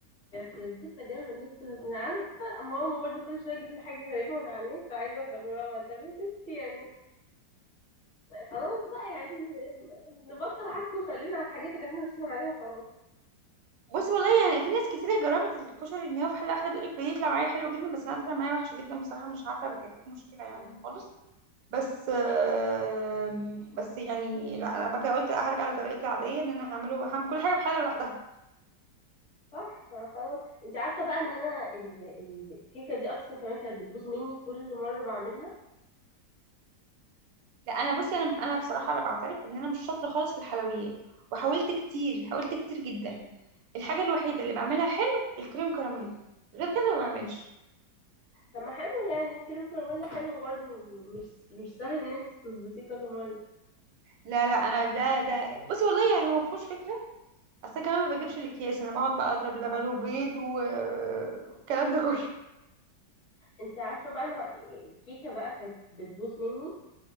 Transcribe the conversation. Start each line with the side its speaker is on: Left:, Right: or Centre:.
Left: يخرب بيت تجارب النت أنا عارفة ماما برضو كل شوية تجيب لي حاجة غريبة من على النت وعايزة أجربها بقى. طب يا ستي يعني خلاص بقى يعني نبطل عك وخلينا على الحاجات اللي احنا ماشيين عليها وخلاص
Right: <laughs> بصي والله يعني في ناس كتيرة جربت الكشري ان هو في حلقة واحدة بتقولك بيطلع معايا حلو جدا بس انا طلع معايا وحش جدا بصراحة مش عارفة كانت ايه المشكلة يعني
Left: مم.
Right: خالص بس آم، بس يعني لا انا بقى قلت لا، هرجع لطريقتي العادية ان انا هعمله هعمل كل حاجة في حلة لوحدها
Left: صح ما خلاص انت عارفة بقى ان انا ال- الكيكة دي اصلا كمان كانت بتبوظ مني كل مرة بعملها
Right: لا انا بصي انا انا بصراحه انا بعترف ان انا مش شاطره خالص في الحلويات وحاولت كتير حاولت كتير جدا الحاجه الوحيده اللي بعملها حلو الكريم كراميل غير كده ما بعملش
Left: طب ما حلو يعني كريم كراميل حلو برضو مش مش سهل ان انت تظبطيه كل مرة
Right: لا لا انا ده ده بصي والله يعني هو ما فيهوش فكره اصل أنا كمان ما بجيبش الاكياس انا بقعد بقى اضرب لبن وبيض و- والكلام ده كله
Left: انت عارفة بقى انا يعني الكيكة بقى كانت بتبوظ مني